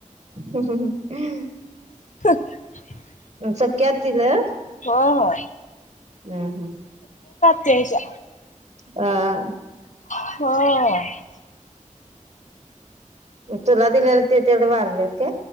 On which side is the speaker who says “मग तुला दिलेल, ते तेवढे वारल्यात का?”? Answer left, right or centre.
Right